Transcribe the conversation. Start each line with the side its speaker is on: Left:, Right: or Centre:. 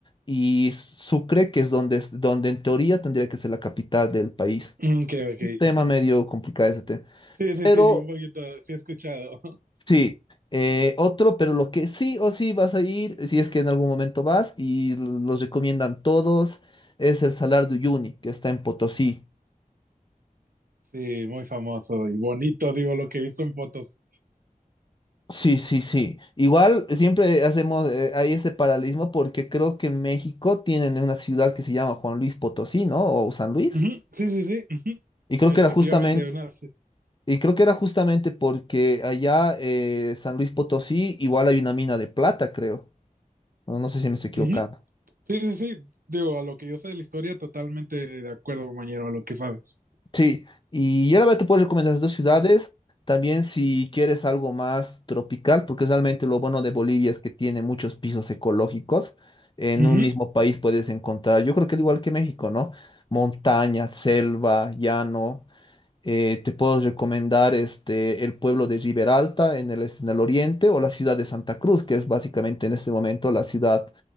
Left: y Sucre, que es donde, es- donde en teoría tendría que ser la capital del país.
Right: Mm, Ok, ok.
Left: Un tema medio complicado ese tema.
Right: Sí, sí,
Left: Pero
Right: sí, un poquito, sí he escuchado. <laughs>
Left: Sí, eh, otro, pero lo que sí o sí vas a ir, si es que en algún momento vas, y lo- los recomiendan todos, es el Salar de Uyuni, que está en Potosí.
Right: Sí, muy famoso y bonito, digo, lo que he visto en fotos.
Left: Sí, sí, sí. Igual siempre hacemos, eh, hay ese paralelismo porque creo que en México tienen una ciudad que se llama Juan Luis Potosí, ¿no? O San Luis.
Right: Ujú. Sí, sí, sí. Ujú.
Left: Y creo
Right: Efectivamente,
Left: que era justamente,
Right: una, sí.
Left: y creo que era justamente porque allá eh, San Luis Potosí igual hay una mina de plata, creo. No, no sé si me estoy equivocando.
Right: Ujú. Sí, sí, sí. Digo, a lo que yo sé de la historia, totalmente de acuerdo, compañero, a lo que sabes.
Left: Sí, y ya la verdad te puedo recomendar las dos ciudades, también si quieres algo más tropical, porque realmente lo bueno de Bolivia es que tiene muchos pisos ecológicos, en
Right: Ujú.
Left: un mismo país puedes encontrar, yo creo que al igual que México, ¿no? Montaña, selva, llano, eh, te puedo recomendar este, el pueblo de Riberalta en el, este- en el oriente o la ciudad de Santa Cruz, que es básicamente en este momento la ciudad